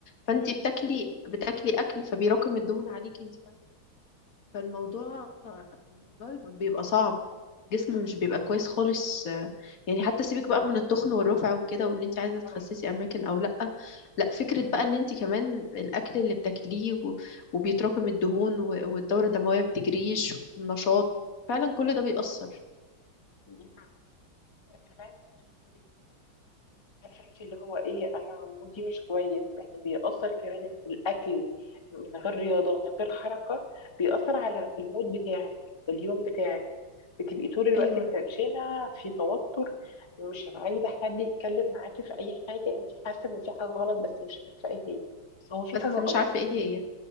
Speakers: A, on the left; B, on the left.
A: فانت
B: مم.
A: بتاكلي بتاكلي اكل فبيراكم الدهون عليكي انت فالموضوع الموضوع بيبقى صعب جسم مش بيبقى كويس خالص آه، يعني حتى سيبك بقى من التخن والرفع وكده وان انت عايزه تخسسي
B: اه
A: اماكن او لا لا فكره بقى ان انت كمان الاكل اللي بتاكليه و- وبيتراكم الدهون و- والدوره الدمويه ما بتجريش والنشاط فعلا كل ده بيأثر
B: يبقى كمان في مودك عارفه انت اللي هو ايه انا مودي مش كويس يعني بيأثر كمان الاكل من غير رياضه من غير حركه بيأثر على المود بتاعك اليوم بتاعك بتبقي طول الوقت
A: ايوه
B: متنشنه في توتر مش عايزه حد يتكلم معاكي في اي حاجه انت حاسه ان في حاجه غلط بس مش عارفه ايه هي بس هو في
A: بس
B: حاجه غلط
A: مش عارفه ايه هي